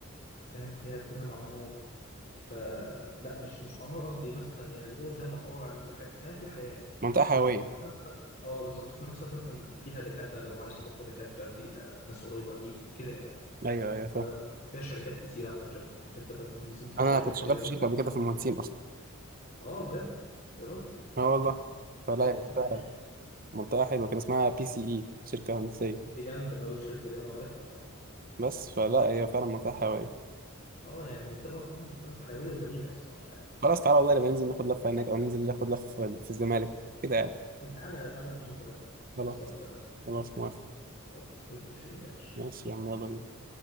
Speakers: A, on the left; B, on the right.
A: فاهم فيها فيها معمار ف لا مش مش معمار قصدي مثلا يعني اللي هو فيها مطاعم وفيها حي... فاهم فيها حياة
B: منطقة حيوية
A: في نفس الوقت اه بالظبط في نفس الوقت مثلا فيها دكاترة لو عايز تروح لدكاترة فيها ناس قريبة ليك كده يعني
B: ايوه ايوه فاهم
A: ف... وفيها شركات كتير على فكرة الحتة بتاعت المهندسين دي فيها
B: أنا
A: شركات
B: كنت
A: كتير
B: شغال
A: قوي
B: في شركة قبل كده في المهندسين أصلا
A: اه بجد يا راجل
B: اه والله فلا
A: يعني
B: هي
A: اسمها
B: منطقة
A: ايه
B: منطقة حلوة كان اسمها بي سي إي شركة هندسية
A: دي جامدة أوي الشركة دي أه عارفها طبعا
B: بس فلا هي فعلا منطقة حيوية
A: أه يعني منطقة فاهم منطقة حيوية وجميلة الصراحة
B: خلاص تعالى والله نبقى ننزل ناخد لفة هناك أو ننزل ناخد لفة في في الزمالك كده يعني
A: يعني تعالى تعالى نروح الزمالك الصراحة
B: خلاص
A: نفسي أروح الزمالك
B: خلاص موافق
A: خلاص متفقين يا باشا
B: ماشي يا عم يلا بينا.